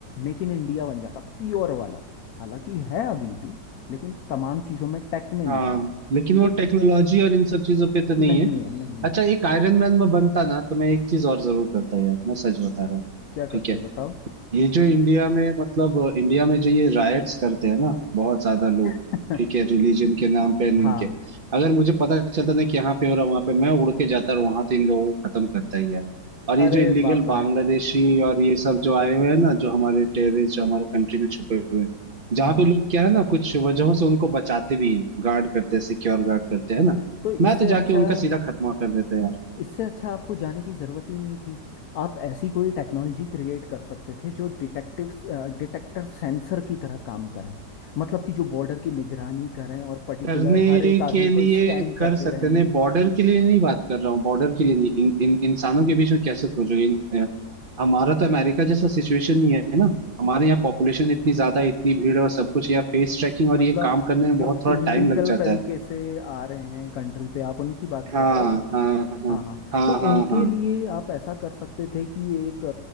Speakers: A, on the left; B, on the right.
A: मेक इन इंडिया बन जाता प्योर वाला हालांकि है अभी भी लेकिन तमाम चीज़ों में टेक में नहीं
B: हाँ
A: है
B: लेकिन वो
A: तो
B: टेक्नोलॉजी और इन सब चीजों पे तो नहीं
A: नहीं
B: है
A: है नहीं
B: अच्छा
A: है
B: एक आयरन मैन में बनता ना तो मैं एक चीज और जरूर करता यार मैं सच बता रहा हूँ
A: क्या
B: ठीक
A: करते
B: है
A: बताओ
B: ये जो इंडिया में मतलब इंडिया में जो ये रायट्स करते हैं ना बहुत ज्यादा लोग
A: <laughs>
B: ठीक है रिलीजन के नाम पे और
A: हाँ
B: इनके अगर मुझे पता चलता ना कि यहाँ पे हो रहा वहां पे मैं उड़ के जाता और वहां तो इन लोगों को खत्म करता ही है और
A: अरे
B: ये जो इलीगल
A: बाप
B: बांग्लादेशी
A: रे
B: और ये सब जो आए हुए हैं ना जो हमारे टेररिस्ट जो हमारे कंट्री में छुपे हुए हैं जहाँ
A: हाँ
B: पे
A: हाँ
B: लोग क्या है ना कुछ वजहों से उनको बचाते भी हैं गार्ड करते हैं सिक्योर गार्ड करते हैं ना
A: तो इससे
B: मैं तो
A: अच्छा
B: जाके उनका सीधा खत्मा कर देता
A: इससे अच्छा आपको जाने की ज़रूरत ही नहीं थी आप ऐसी कोई टेक्नोलॉजी क्रिएट कर सकते थे जो डिटेक्टिव्स डिटेक्टर सेंसर की तरह काम करें मतलब कि जो बॉर्डर की निगरानी करें और पर्टिकुलर
B: करने
A: हर एक
B: के
A: आदमी
B: लिए
A: को स्कैन
B: कर
A: करते
B: सकते
A: रहें
B: हैं नहीं बॉर्डर के लिए नहीं बात कर रहा हूँ बॉर्डर के लिए नहीं इन, इन इंसानों के बीच में कैसे खोजोगे इन- अ, हमारा तो अमेरिका जैसा सिचुएशन नहीं है ना हमारे यहाँ पॉपुलेशन इतनी ज्यादा है, इतनी भीड़ और सब कुछ यहाँ फेस ट्रैकिंग और
A: मतलब
B: ये काम करने में बहुत
A: जो
B: थोड़ा
A: इल्लीगल
B: टाइम लग जाता
A: तरीके
B: है
A: से आ रहे हैं कंट्री पे आप उनकी बात
B: हाँ
A: कर रहे हो
B: हाँ
A: हाँ हाँ
B: हाँ
A: तो
B: हाँ हाँ
A: उनके
B: हाँ
A: लिए आप ऐसा कर सकते थे कि ये एक